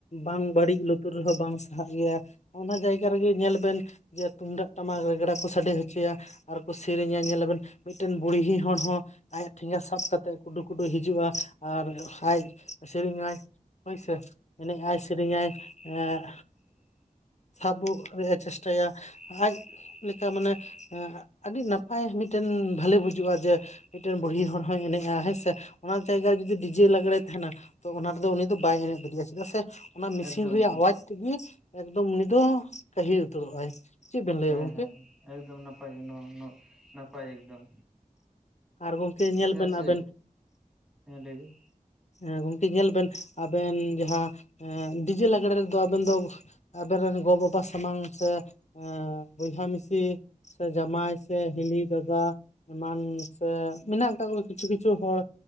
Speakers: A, on the left; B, in the centre.
A: ᱵᱟᱝ ᱵᱟᱹᱲᱤᱡ ᱞᱩᱛᱩᱨ ᱨᱮᱦᱚᱸ ᱵᱟᱝ ᱼᱼ ᱥᱟᱦᱟᱜ ᱜᱮᱭᱟ ᱚᱱᱟ ᱡᱟᱭᱜᱟ ᱨᱮᱜᱮ ᱧᱮᱞ ᱵᱮᱱ ᱡᱮ ᱛᱩᱢᱫᱟᱜ ᱴᱟᱢᱟᱠ ᱨᱮᱜᱽᱲᱟ ᱠᱚ ᱥᱟᱰᱮ ᱦᱚᱪᱚᱭᱟ। ᱟᱨᱠᱚ ᱥᱮᱨᱮᱧᱟ ᱧᱮᱞᱟᱵᱮᱱ ᱢᱤᱫᱴᱮᱱ ᱵᱩᱲᱦᱤ ᱦᱚᱲ ᱦᱚᱸ ᱼᱼ ᱟᱭᱟᱜ ᱴᱷᱮᱸᱜᱟ ᱥᱟᱵ ᱠᱟᱛᱮᱫ ᱠᱩᱰᱩᱼ ᱠᱩᱰᱩ ᱦᱤᱡᱩᱜᱼᱟ᱾ ᱟᱨ ᱟᱡ ᱥᱮᱨᱮᱧᱟᱭ। ᱦᱳᱭᱥᱮ ᱮᱱᱮᱡ ᱟᱭ ᱥᱮᱨᱮᱧ ᱟᱭ ᱮᱸᱻ ᱥᱟᱵᱚᱜ ᱨᱮᱭᱟᱜᱼ ᱮ ᱪᱮᱥᱴᱟᱭᱟ ᱟᱡ ᱞᱮᱠᱟ ᱢᱟᱱᱮ ᱮᱸ ᱼᱼ ᱟᱹᱰᱤ ᱱᱟᱯᱟᱭ ᱢᱤᱫᱴᱮᱱ ᱵᱷᱟᱹᱞᱤ ᱵᱩᱡᱩᱜᱼᱟ ᱡᱮ ᱼᱼ ᱢᱤᱫᱴᱮᱱ ᱵᱩᱲᱦᱤ ᱦᱚᱲ ᱦᱚᱸᱭ ᱮᱱᱮᱡᱼᱟ ᱦᱮᱸ ᱥᱮ ᱚᱱᱟ ᱡᱟᱭᱜᱟ ᱨᱮ ᱡᱩᱫᱤ ᱰᱤᱡᱮ ᱞᱟᱜᱽᱲᱮ ᱛᱟᱦᱮᱱᱟᱼᱼ ᱛᱚ ᱚᱱᱟ ᱨᱮᱫᱚ ᱩᱱᱤ ᱫᱚ ᱵᱟᱭ ᱮᱱᱮᱡ ᱫᱟᱲᱮᱭᱟᱜᱼᱟ ᱪᱮᱫᱟᱜ ᱥᱮ ᱚᱱᱟ ᱢᱮᱥᱤᱱ
B: ᱮᱠᱫᱚᱢ
A: ᱨᱮᱭᱟᱜ
B: ᱮᱠᱫᱚᱢ
A: ᱟᱣᱟᱡᱼᱼ ᱛᱮᱜᱮ ᱮᱠᱫᱚᱢ ᱩᱱᱤ ᱫᱚ ᱠᱟᱹᱦᱤᱞ ᱩᱛᱟᱹᱨᱚᱜ-ᱟᱭ ᱪᱮᱫ ᱵᱮᱱ ᱞᱟᱹᱭᱟ
B: ᱦᱮᱸ
A: ᱜᱚᱝᱠᱮ,
B: ᱦᱮᱸ ᱮᱠᱫᱚᱢ ᱱᱟᱯᱟᱭ ᱱᱚ ᱱᱚ ᱱᱟᱯᱟᱭ ᱮᱠᱫᱚᱢ᱾
A: ᱟᱨ ᱜᱚᱝᱠᱮ ᱧᱮᱞ
B: ᱪᱮᱫᱟᱜ
A: ᱵᱮᱱ
B: ᱥᱮ
A: ᱟᱵᱮᱱ
B: ᱦᱮᱸ ᱞᱟᱹᱭ ᱵᱤᱱ᱾
A: ᱦᱮᱸ ᱜᱚᱢᱠᱮ ᱧᱮᱞ ᱵᱮᱱ ᱟᱵᱮᱱ ᱡᱟᱦᱟᱸ ᱰᱤᱡᱮ ᱞᱟᱜᱽᱬᱮ ᱨᱮᱫᱚ ᱟᱵᱮᱱ ᱫᱚᱼᱼ ᱟᱵᱮᱱ ᱨᱮᱱ ᱜᱚ ᱵᱟᱵᱟ ᱥᱟᱢᱟᱝ ᱥᱮ ᱵᱚᱭᱦᱟ ᱢᱤᱥᱤᱼᱼ ᱥᱮ ᱡᱟᱢᱟᱭ ᱥᱮ ᱦᱤᱞᱤ ᱫᱟᱫᱟᱼᱼ ᱮᱢᱟᱱ ᱥᱮ ᱢᱮᱱᱟᱜ ᱟᱠᱟᱜ ᱠᱚᱣᱟ ᱠᱤᱪᱷᱩ ᱠᱤᱪᱷᱩ ᱦᱚᱲ